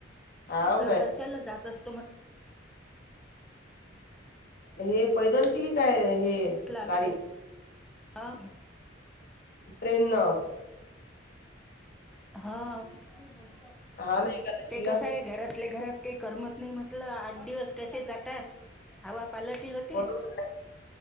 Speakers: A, on the left (about 50°); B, in the centre.
A: हाव
B: दरवर्षाला
A: काय
B: जात असतो म्हंट
A: हे पैदलचीही काय हे
B: ला आम्ही
A: गाडीत
B: दो हा
A: ट्रेन न
B: <unintelligible> हा ओके मी बोलतो
A: हा ना एकादशीला
B: ते कस आहे घरातल्या घरात ते करमत नाही म्हटलं आठ दिवस कसे जातात. हवा पालट ही होते
A: बरोबर